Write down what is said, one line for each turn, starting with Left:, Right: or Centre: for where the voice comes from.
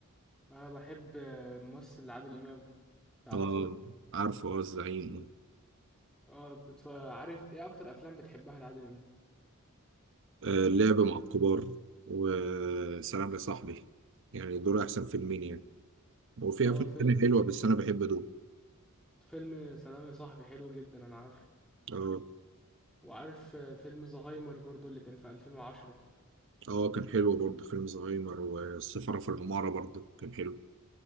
Centre: انا بحب آه، الممثل عادل امام تعرفه
Right: اه عارفه اه الزعيم
Centre: اه بتتف... عارف ايه اكتر افلام بتحبها لعادل امام
Right: آه اللعب مع الكبار وسلام يا صاحبي يعني دول احسن فيلمين يعني وفي
Centre: اه
Right: افلام
Centre: فيلم
Right: تانية حلوه بس انا بحب دول
Centre: فيلم سلام يا صاحبي حلو جدا انا عارف
Right: اه
Centre: وعارف آه، فيلم زهايمر برضو اللي كان في 2010
Right: اه كان حلو برضه فيلم زهايمر والسفارة في العمارة برضه كان حلو